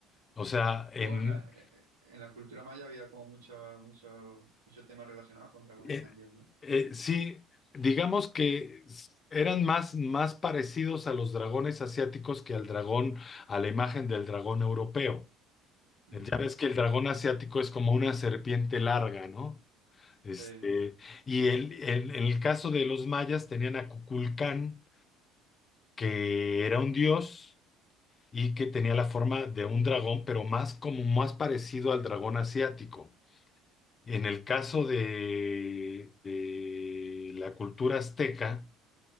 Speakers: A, on the left; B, on the right.
A: O sea, en,
B: Bueno, en la, eh, eh, en la cultura maya había como mucho, mucho, muchos temas relacionados con dragones
A: eh,
B: también, no
A: eh, sí, digamos que s- eran más, más parecidos a los dragones asiáticos que al dragón, a la imagen del dragón europeo.
B: Ujú.
A: Ya ves que el dragón asiático es como una serpiente larga, ¿no? Este,
B: Eh,
A: y el, el- en el caso de los mayas tenían a Cuculcán, que era un dios y que tenía la forma de un dragón, pero más como más parecido al dragón asiático. En el caso de, de la cultura azteca,